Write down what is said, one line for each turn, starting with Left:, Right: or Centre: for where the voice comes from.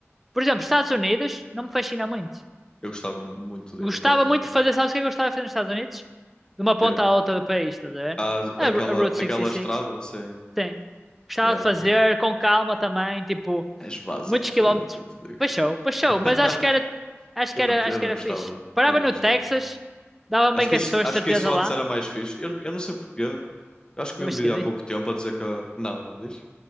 Centre: Por exemplo, Estados Unidos não me fascina muito.
Left: Eu gostava muito de
Centre: Eu
Left: ir
Centre: Gostava
Left: aos Estados Unidos.
Centre: muito de fazer, sabes o que é que eu gostava de fazer nos Estados Unidos? De uma
Left: Que
Centre: ponta
Left: é,
Centre: à outra do país, estás a ver?
Left: há
Centre: A,
Left: aquela,
Centre: Ru- a Route
Left: aquela
Centre: 66,
Left: estrada sem.
Centre: sim. Gostava
Left: Yeah,
Centre: de fazer
Left: tu-
Centre: com calma também, tipo,
Left: És básico,
Centre: muitos quilómetros.
Left: Pedro, é o que eu te digo.
Centre: Baixou, baixou,
Left: <laughs>
Centre: mas acho que era, acho
Left: Eu
Centre: que era,
Left: não,
Centre: acho
Left: eu não
Centre: que era
Left: gostava.
Centre: fixe. Parava
Left: Eu não
Centre: no
Left: gostava
Centre: Texas,
Left: muito.
Centre: dava
Left: Acho
Centre: bem
Left: que
Centre: com as
Left: isso,
Centre: pessoas
Left: acho
Centre: de certeza
Left: que isso antes
Centre: lá.
Left: era mais fixe. Eu, eu não sei porquê. Eu acho que
Centre: Eu
Left: vi um
Centre: acho
Left: vídeo
Centre: que é
Left: há pouco tempo a dizer que. a- Não, não diz?